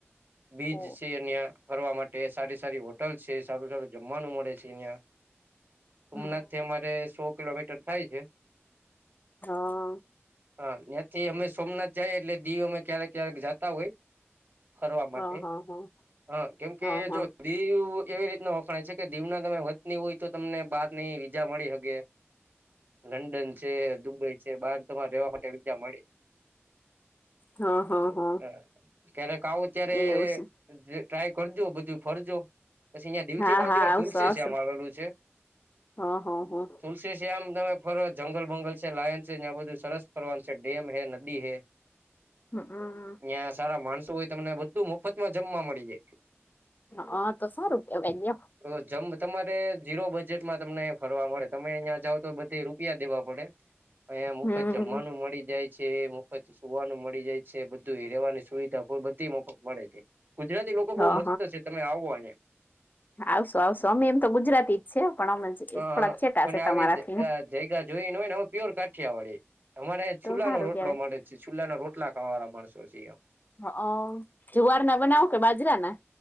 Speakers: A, on the right; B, on the left.
A: બીજ
B: ઓ
A: છે અહં કરવા માટે સારી સારી હોટલ છે સારું સારું જમવાનું મળે છે અહિયાં સોમનાથ
B: હમ
A: થી અમારે સો કિલોમીટર થાય છે
B: હા
A: હા ત્યાંથી અમે સોમનાથ જઈએ એટલે દીવ અમે ક્યારેક ક્યારેક જતા હોય ફરવા માટે
B: હા હા હા
A: હ કેમ કે
B: હા હા
A: જો દીવ એવી રીતના વફણાય છે કે દીવ ના તમે વતની હોય તો તમને બહારની વિજા મળી શકે
B: હ
A: લંડન છે દુબઈ છે બહાર તમારે રહેવા માટે વિજા મળે
B: હા હા હા
A: હ ક્યારે ખાવું ત્યારે
B: એવું છે
A: ટ્રાય કરજો બધું ફરજો પછી અહિયાયા દીવથી
B: હા
A: બાજુમાં
B: હા આવશો
A: તુલસી
B: આવશો
A: શ આમ આવેલું છે
B: હા હા હા
A: તુલસી છે આમ તમે ફરો જંગલ બંગલ છે લાયન છે ત્યાં બધું સરસ ફરવાનું છે ડેમ હૈ નદી હૈ
B: હમ
A: ત્યાં સારા માણસો હોય તમને બધું મફતમાં જમવા મળી જાય.
B: હા તો સો રૂપિયા મલયા
A: તો તો જમ તમારે જીરો બજેટમાં તમને ફરવા મળે તમે અહિયાં જઓ તો બધે રૂપિયા દેવા પડે અયા મુફત
B: હમ
A: જમવાનું મળી જાય ચૈ મફત સુવાનું મળી જાય છે બધું રવાની સુવિધા બધી મફત મળે છે. ગુજરાતી લોકો
B: હા
A: બહુ મસ્ત છે તમે આવો અનેને
B: આવશો આવશો અમે એમ તો ગુજરાતી જ છે પણ અમે જ
A: હ
B: થોડાક છેટા
A: મને
B: છે
A: આવી
B: તમારાથી
A: જ જયગા જોઈને હોય ને હવે પ્યોર કાઠિયા વાડીે અમારે છુલ્લા
B: તો સારું
A: નો રોટલો
B: કેવાય
A: મળે છુ ચુલ્લા ના રોટલા ખાવાના માણસો છેમ
B: હ અ જુવાર ના બનાવો કે બાજરા ના